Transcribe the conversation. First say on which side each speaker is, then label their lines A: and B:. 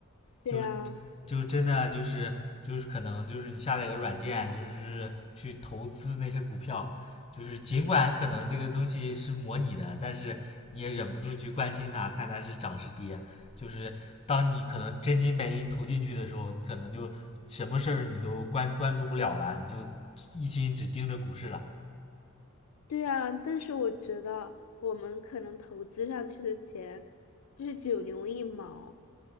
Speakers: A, on the left; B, on the left.
A: 对呀。
B: 就是就真的就是就是可能就是你下载一个软件，就是去投资那些股票，就是尽管可能这个东西是模拟的，但是你也忍不住去关心它，看它是涨是跌。就是当你可能真金白银投进去的时候，你可能就什么事儿你都关关注不了了，你就一心只盯着股市了，
A: 对啊，但是我觉得我们可能投资上去的钱就是九牛一毛，